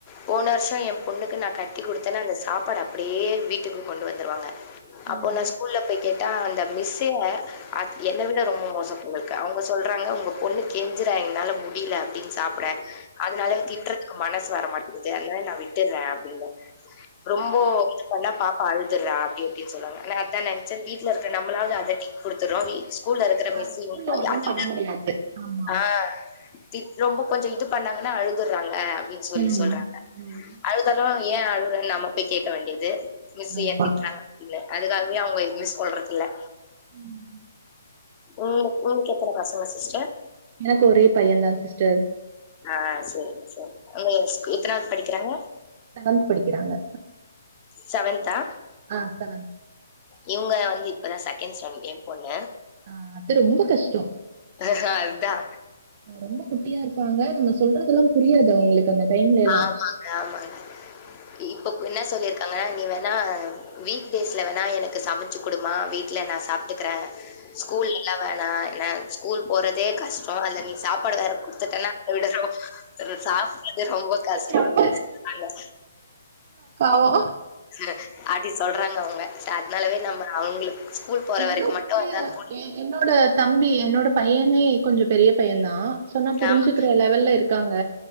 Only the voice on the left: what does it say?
போன வருஷோ என் பொண்ணுக்கு நா கட்டி குடுத்தன்னா அந்த சாப்பாடு அப்டியே வீட்டுக்கு கொண்டு வந்துருவாங்க அப்போ
நா ஸ்கூல்ல போய் கேட்டா அந்த மிஸ்ஸே அ என்ன விட ரொம்ப மோசோ போலருக்கு அவுங்க சொல்றாங்க உங்க பொண்ணு கெஞ்சற என்னால முடில அப்டின்னு சாப்பட அதனால திட்றதுக்கு மனசு வரமாட்டிது அதனா நா விட்டர்ற அப்டின்ப ரொம்போ பண்ணா பாப்பா அழுதுர்றா அப்டி அப்டினு சொல்றாங்க நா அதா நெனைச்சே வீட்ல இருக்க நம்மளாது அதட்டி குடுத்துர்றோ ஸ்கூல்ல இருக்கற
மிஸ்ஸயு
<unintelligible>
அதுங்க
ஆ தி ரொம்ப கொஞ்சோ இது பண்ணாங்கன்னா அழுதுர்றாங்க அப்டின்னு சொல்லி
சொல்றாங்க
அழுதாலு ஏன் அழுவறன்னு நாம போய் கேட்க வேண்டிது மிஸ்
ஏன் திட்றாங்க அப்டின்னு அதுக்காகவே அவுங்க எதுமே சொல்றது இல்ல
உங்க உங்களுக்கு எத்தன பசங்க சிஸ்டர்
ஆ சேரி சேரி எத்தனாவது படிக்கறாங்க
செவந்த்தா
இவங்க வந்து இப்பதா செகண்ட் ஸ்டாண்டர்ட் என் பொண்ணு
அதா
ஆமாங்க ஆமாங்க இப்ப என்ன சொல்லிருக்காங்கனா நீ வேணா வீக் டேஸ்ல வேணா எனக்கு சமைச்சு குடுமா வீட்ல நா சாப்ட்டுக்கற ஸ்கூல்ல எல்லா வேணா ஏனா ஸ்கூல் போறதே கஷ்டோ அதுல நீ சா ப்பாடு வேற குடுத்துட்டனா அத விட <inaudible> சா ரொம்ப கஷ்டோ
அப்டின்னு சொன்னனால
ந்து அப்டி சொல்றாங்க அவுங்க ச அதனாலவே நம்ம அவுங்களுக்கு ஸ்கூல் போற
வரைக்கு மட்டு
எதாவது பொடி
ஆமா.